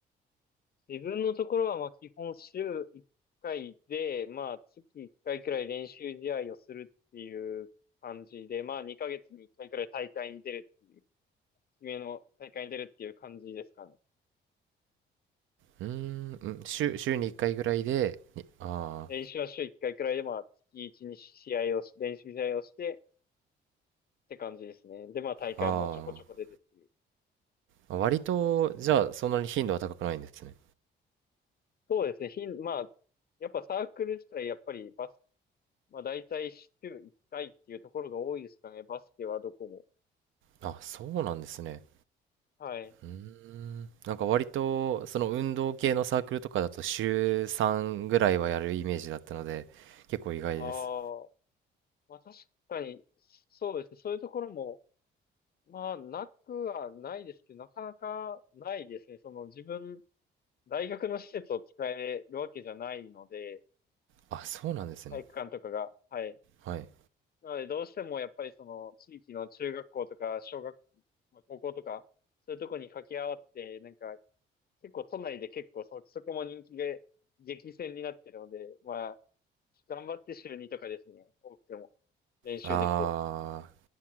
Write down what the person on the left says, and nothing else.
自分のところは、まあ、基本週1回で、まあ、月1回くらい練習試合をするっていう感じで、まあ、2ヶ月に1回くらい大会に出るっていう、決めの大会に出るっていう感じですかね。
練習は週1回くらいで、まあ、月1、に試合をし、練習試合をしてって感じですね。で、まあ、大会もちょこちょこ出てっていう。
そうですね。ひん、まあ、やっぱサークル自体、やっぱりバス、まあ、大体週1回っていうところが多いですかね。バスケはどこも。
はい。
ああ、まあ確かに、そうですね。そういうところも、まあなくはないですけど、なかなかないですね。その自分、大学の施設を使えるわけじゃないので、
体育館とかが。はい。
なのでどうしてもやっぱりその地域の中学校とか小学、まあ高校とか、そういうとこに掛け合わって、なんか結構都内で結構そ、そこも人気で激戦になってるので、まあ頑張って週にとかですね、多くても練習できて。